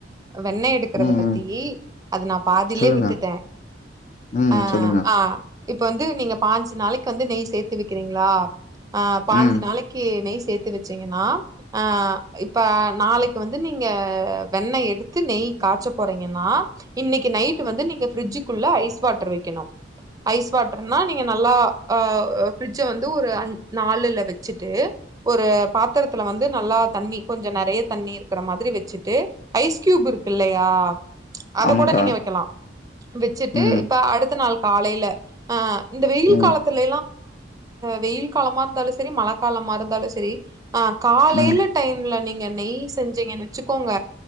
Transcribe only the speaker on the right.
வெண்ணெ எடுக்கிறத
பத்தி
அத நான் பாதிலே
விட்டுட்ட
அ
ஆ இப்ப வந்து நீங்க பாஞ்சு நாளைக்கு வந்து நெய் சேத்து வைக்கிறீங்ளா அ பாஞ்சு
நாளைக் கீ நெய் சேத்து வச்சிங்கன்னா ஆ இப்ப நாளைக்கு வந்து நீங்க வெண்ணெ எடுத்து நெய் காய்ச்ச போறீங்கனா இன்னைக்கு நைட் வந்து நீங்க பிரிட்ஜுக்குள்ள ஐஸ் வாட்டர் வக்கணு ஐஸ் வாட்டர்னா நீங்க நல்லா அ ஃபிரிட்ஜ வந்து ஒரு அஞ் நாலுல வெச்சுட்டு ஒரு பாத்திரத்துல வந்து நல்லா தண்ணி கொஞ்சொ நறைய தண்ணி இருக்க மாதிரி வெச்சுட்டு ஐஸ் கீயூப் இருக்கு இல்லையா அத
கூட நீங்க வெக்கலாம் வெச்சுட்டு
இப்ப அடுத்த நாள் காலையில அ இந்த வெயில்
காலத்துல வெயில் காலமா இருந்தாலும் செரி மழை காலமா இருந்தாலும் செரி ஆ காலையில
டைம்ல நீங்க நெய் செஞ்சீங்க வெச்சுக்கோங்க